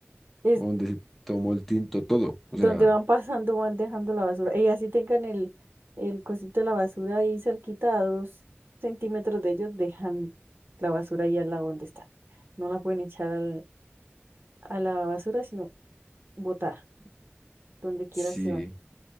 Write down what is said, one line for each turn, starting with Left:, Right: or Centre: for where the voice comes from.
Right: Es
Centre: o donde se tomó el tinto, todo. O
Right: donde
Centre: sea,
Right: van pasando van dejando la basura. Y así tengan el, el cosito de la basura ahí cerquita a dos centímetros de ellos, dejan la basura ahí al lado donde están. No la pueden echar al- a la basura, sino botada, donde quiera
Centre: sí,
Right: que van.